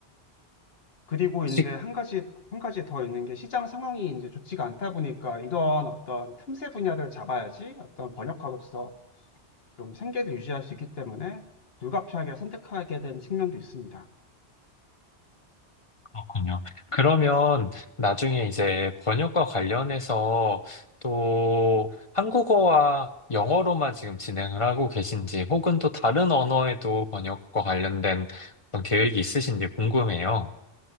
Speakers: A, on the left (about 60°); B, on the left (about 30°).
A: 그리고 이제
B: 혹시
A: 한 가지, 한 가지 더 있는 게 시장 상황이 이제 좋지가 않다 보니까 이런 어떤 틈새 분야를 잡아야지 어떤 번역가로서 좀 생계를 유지할 수 있기 때문에 불가피하게 선택하게 된 측면도 있습니다.
B: 그렇군요. 그러면 나중에 이제 번역과 관련해서 또 한국어와 영어로만 지금 진행을 하고 계신지 혹은 또 다른 언어에도 번역과 관련된 어떤 계획이 있으신지 궁금해요.